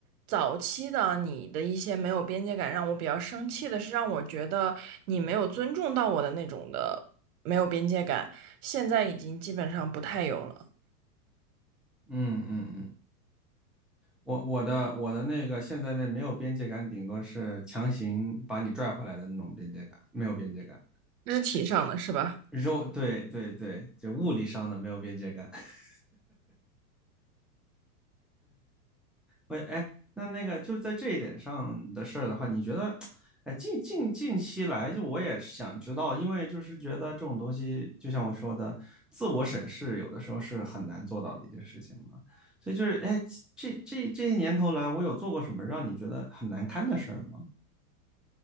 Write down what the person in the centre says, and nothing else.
嗯嗯嗯，我我的我的那个现在那没有边界感，顶多是强行把你拽回来的那种边界感，没有边界感。
肉，对对对，就物理上的没有边界感。<laughs> 我哎，那那个就是在这一点上的事儿的话，你觉得，哎，近近近期来，就我也想知道，因为就是觉得这种东西，就像我说的，自我审视有的时候是很难做到的一件事情嘛。所以就是，哎，这这这些年头来，我有做过什么让你觉得很难堪的事儿吗？